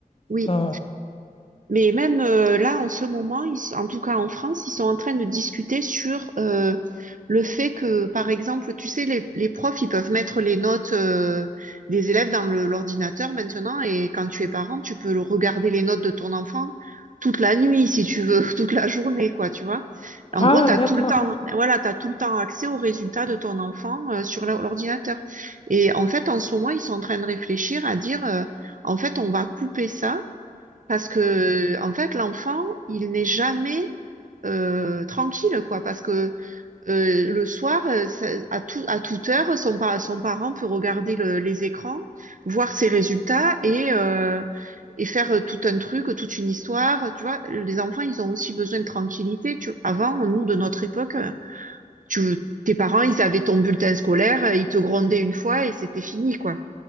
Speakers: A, on the right; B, on the left.
A: oui.
B: Euh,
A: Mais même euh, là, en ce moment, ils s- en tout cas en France, ils sont en train de discuter sur euh, le fait que, par exemple, tu sais, les, les profs, ils peuvent mettre les notes euh, des élèves dans le- l'ordinateur maintenant, et quand tu es parent, tu peux le- regarder les notes de ton enfant toute la nuit, si tu veux, <laughs> toute la journée, quoi, tu vois. En
B: ah,
A: gros, t'as
B: d'accord.
A: tout le temps, voilà, t'as tout le temps accès aux résultats de ton enfant euh, sur la- l'ordinateur. Et en fait, en ce moment, ils sont en train de réfléchir à dire, euh, en fait, on va couper ça. Parce que, en fait, l'enfant, il n'est jamais euh, tranquille, quoi. Parce que euh, le soir, euh, ça- à tout, à toute heure, son, pa- son parent peut regarder le- les écrans, voir ses résultats et, euh, et faire euh, tout un truc, toute une histoire. Tu vois, les enfants, ils ont aussi besoin de tranquillité. Tu... Avant, nous, de notre époque, euh, tu, tes parents, ils avaient ton bulletin scolaire, euh, ils te grondaient une fois et c'était fini, quoi.